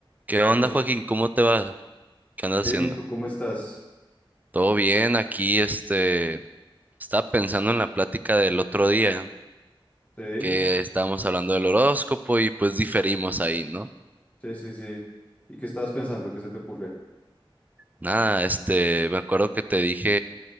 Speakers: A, on the right (about 20°); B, on the left (about 15°).
A: ¿Qué onda,
B: Hola, Su-
A: Joaquín? ¿Cómo te va? ¿Qué andas
B: bien,
A: haciendo?
B: ¿y tú cómo estás?
A: Todo bien, aquí este, estaba pensando en la plática del otro día
B: Sí,
A: que estábamos hablando del horóscopo y pues diferimos ahí, ¿no?
B: sí, sí, sí. ¿Y qué estabas pensando? ¿Qué se te ocurre?
A: Nada, este, me acuerdo que te dije